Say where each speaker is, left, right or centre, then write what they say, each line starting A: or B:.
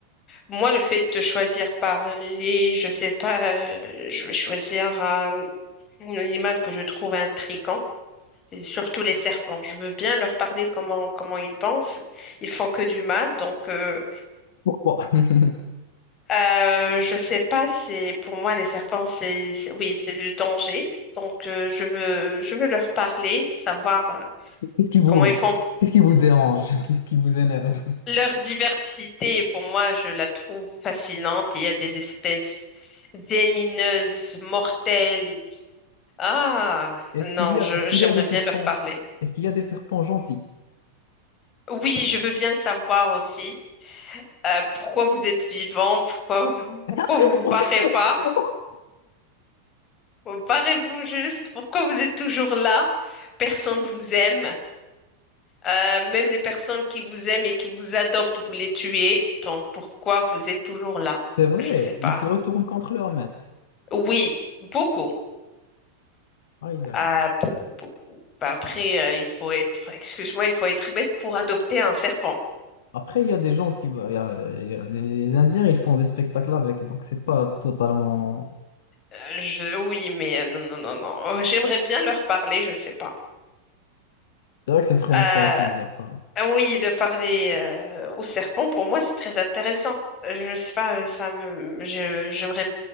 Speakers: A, on the left; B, on the left.
A: Moi, le fait de choisir parler, je sais pas, euh, je vais choisir euh, un animal que je trouve intriguant. Et surtout les serpents. Je veux bien leur parler comment, comment ils pensent. Ils font que du mal. Donc, euh,
B: Pourquoi? <laughs>
A: euh, je sais pas, c'est, pour moi, les serpents, c'est, c'est- oui, c'est du danger. Donc, euh, je veux, je veux leur parler, savoir euh,
B: Qu'est-ce qui vous,
A: comment ils font.
B: qu'est-ce qui vous dérange? <laughs> Qu'est-ce qui vous énerve?
A: Leur diversité, pour moi, je la trouve fascinante. Il y a des espèces vénéneuses, mortelles. Ah,
B: Est-ce
A: non,
B: qu'il y
A: je,
B: a, est-ce qu'il
A: j'aimerais
B: y a des
A: bien
B: serpents?
A: leur parler.
B: Est-ce qu'il y a des serpents gentils?
A: Oui, je veux bien le savoir aussi. Euh, pourquoi vous êtes vivant? Pourquoi, <laughs> pourquoi
B: <laughs>
A: vous vous barrez pas? Barrez-vous juste. Pourquoi vous êtes toujours là? Personne vous aime. Euh, même les personnes qui vous aiment et qui vous adoptent, vous les tuez. Donc pourquoi vous êtes toujours là?
B: C'est vrai,
A: Je sais pas.
B: ils se retournent contre leur maître.
A: Oui, beaucoup.
B: Aïe, aïe,
A: Ah,
B: aïe.
A: beaucoup, beaucoup. Bah, après, euh, il faut être, excuse-moi, il faut être bête pour adopter un serpent.
B: Après, il y a des gens qui. bah, il y a- il y a- les Indiens, ils font des spectacles avec, donc c'est pas totalement.
A: Euh, je, oui, mais euh, non, non, non, non. Oh, J'aimerais bien leur parler, je sais pas.
B: C'est vrai que ce serait
A: Euh,
B: intéressant de leur part.
A: Ah Oui, de parler euh, au serpent, pour moi, c'est très intéressant. Je sais pas, ça me, je, j'aimerais